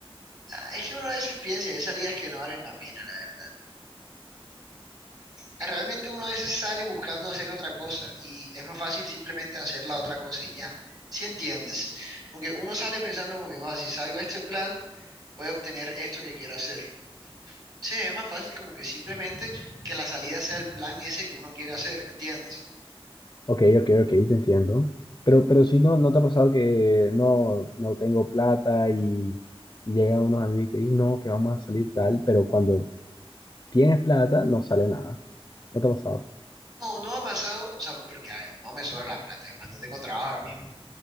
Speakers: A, on the right; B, on the left.
A: ah, es que uno a veces piensa, hay salidas que no valen la pena, la verdad. Ah, Realmente uno a veces sale buscando hacer otra cosa y es más fácil simplemente hacer la otra cosa y ya, si entiendes? Porque uno sale pensando como que, "Joda, si salgo a este plan, voy a obtener esto que quiero hacer. Sí, es más fácil como que simplemente que la salida sea el plan ese que uno quiere hacer, ¿me entiendes?
B: Ok, ok, ok, te entiendo. Pero, pero si no, ¿no te ha pasado que no, no tengo plata y, y llegan unos amigos y te dicen, no, que vamos a salir tal, pero cuando tienes plata no sale nada? ¿No te ha pasado?
A: No, no ha pasado, o sea, porque a ver, no me sobra la plata, es más, no tengo trabajo ahora mismo,